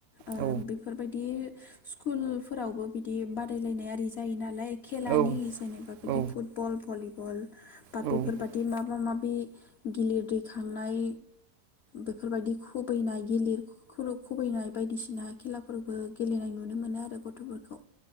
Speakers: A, on the left; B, on the right.
A: ओ
B: औ
A: बि बिदि स्कुल फोरावबो बिदि बादायलायनाय आरि जायो नालाय खेलानि
B: औ
A: जेनेबा बिदि
B: औ
A: फुटबल भलिब बल बा
B: औ
A: बेफोरबादि मा मा मा बे गिलिर दैखांनाय बेफोरबायदि खुबैनाय गिलिर खुलब खुबैनाय बायदिसिना खेलाफोरबो गेलेनाय नुनो मोनो आरो गथ'फोरखौ।